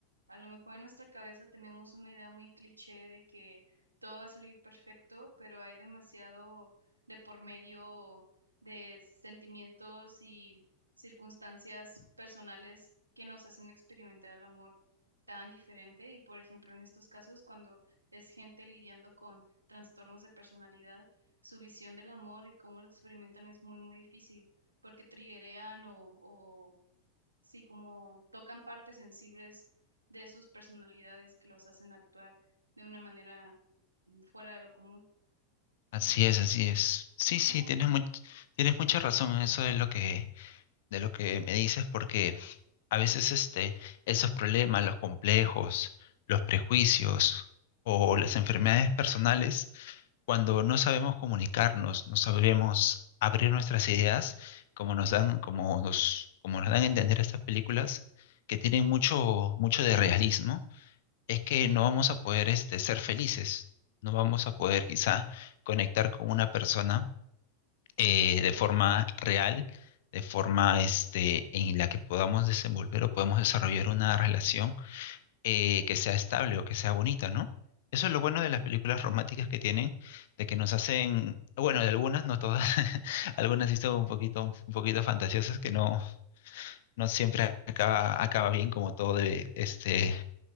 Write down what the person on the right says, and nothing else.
a lo mejor en nuestra cabeza tenemos una idea muy cliché de que todo va a salir perfecto, pero hay demasiado de por medio de sentimientos y circunstancias personales que nos hacen experimentar el amor tan diferente. Y por ejemplo, en estos casos, cuando es gente lidiando con trastornos de personalidad, su visión del amor y cómo lo experimentan es muy, muy difícil, porque triggerean o, o sí, como tocan partes sensibles de sus personalidades que los hacen actuar de una manera mm, fuera de lo común.
Qué interesante.
¿Y cómo?
mm,